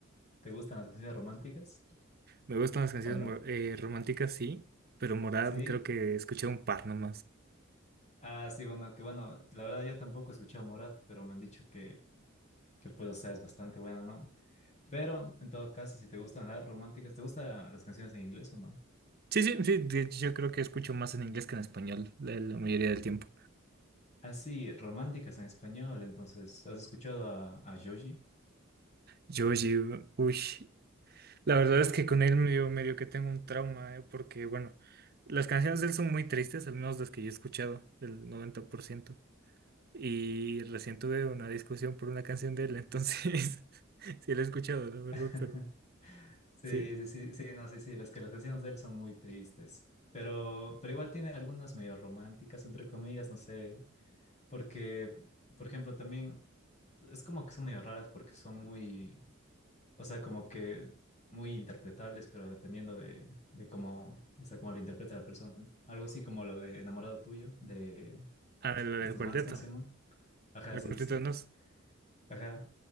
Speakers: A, on the left (about 35°); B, on the right (about 50°).
A: ¿Te gustan las canciones románticas
B: Me gustan las canciones
A: o no?
B: mo- eh, románticas, sí, pero Morad
A: Sí.
B: creo que escuché un par nomás.
A: Ah, sí, bueno, que bueno, la verdad yo tampoco he escuchado a Morat, pero me han dicho que, que pues, o sea, es bastante bueno, ¿no? Pero, en todo caso, si te gustan las románticas, ¿te gustan las canciones en inglés o no?
B: Sí, sí, sí, de hecho, yo creo que escucho más en inglés que en español la la mayoría del tiempo.
A: Ah, sí, románticas en español, entonces, ¿has escuchado a, a Joji?
B: Yoshi, uy, la verdad es que con él medio, medio que tengo un trauma, eh, porque bueno, las canciones de él son muy tristes, al menos las que yo he escuchado, el 90%. y recién tuve una discusión por una canción de él, entonces <laughs> sí la he escuchado, la verdad,
A: <laughs>
B: pero
A: Sí,
B: sí,
A: sí, sí, sí, no, sí, sí, las que las canciones de él son muy tristes, pero, pero igual tiene algunas medio románticas, entre comillas, no sé, porque, por ejemplo, también es como que son medio raras porque son muy, o sea, como que muy interpretables, pero dependiendo de, de cómo, o sea, cómo lo interpreta la persona. Algo así como lo de Enamorado Tuyo, de, de
B: a ver, la
A: estos
B: del cuarteto,
A: manes, ¿cómo se llaman? Ajá,
B: el
A: sí,
B: cuarteto
A: sí,
B: de Nos,
A: ajá,